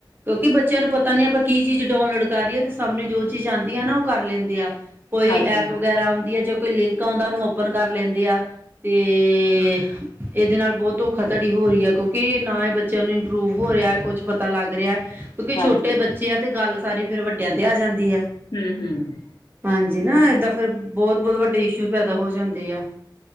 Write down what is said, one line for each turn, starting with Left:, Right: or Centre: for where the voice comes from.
Right: ਕਿਉਂਕਿ ਬੱਚਿਆਂ ਨੂੰ ਪਤਾ ਨੀ ਆਪਾਂ ਕੀ ਚੀਜ਼ ਡਾਊਨਲੋਡ ਕਰ ਰਹੀਏ ਤੇ ਸਾਹਮਣੇ ਜੋ ਚੀਜ਼ ਆਉਂਦੀ ਆ ਨਾ ਉਹ ਕਰ ਲੈਂਦੇ ਆ। ਕੋਈ
Left: ਹਾਂਜੀ
Right: ਐਪ ਵਗੈਰਾ ਆਉਂਦੀ ਹੈ ਜਾਂ ਕੋਈ ਲਿੰਕ ਆਉਂਦਾ, ਉਹਨੂੰ ਓਪਨ ਕਰ ਲੈਂਦੇ ਆ। ਤੇ--ਇਹਦੇ ਨਾਲ ਬਹੁਤ ਧੋਖਾ ਧੜੀ ਹੋ ਰਹੀ ਹੈ। ਕਿਉਂਕਿ ਨਾ ਇਹ ਬੱਚਿਆਂ ਨੂੰ ਇੰਪਰੂਵ ਹੋ ਰਿਹਾ ਹੈ ਕੁੱਛ ਪਤਾ ਲੱਗ ਰਿਹਾ, ਕਿਉਂਕਿ ਛੋਟੇ
Left: ਹਾਂਜੀ
Right: ਬੱਚੇ ਆ ਤੇ ਗੱਲ ਸਾਰੀ ਫਿਰ ਵੱਡਿਆਂ ਤੇ ਆ ਜਾਂਦੀ ਹੈ।
Left: ਹੂੰ ਹੂੰ
Right: ਹਾਂਜੀ, ਨਾ ਏਦਾਂ ਫਿਰ ਬਹੁਤ-ਬਹੁਤ ਵੱਡੇ ਇਸ਼ੂ ਪੈਦਾ ਹੋ ਜਾਂਦੇ ਆ